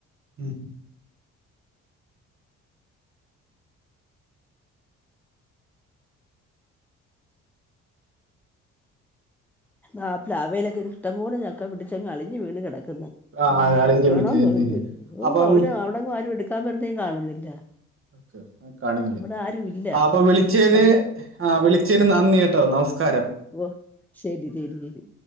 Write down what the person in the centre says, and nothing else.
ആ പ്ലാവേലൊക്കെ ഇഷ്ടം പോലെ ചക്ക പിടിച്ചങ് അളിഞ് വീണ് കിടക്
വേണോന്ന്
പോലും
ചോദിച്ചിട്ടില്ല
ഓഹ് അവര് അവിടെങ്ങും ആരും എടുക്കാൻ വരുന്നേം കാണുന്നില്ല
അവിടെ ആരും ഇല്ല
അവിടെ
ഉവ്വ് ശരി ശരി ശരി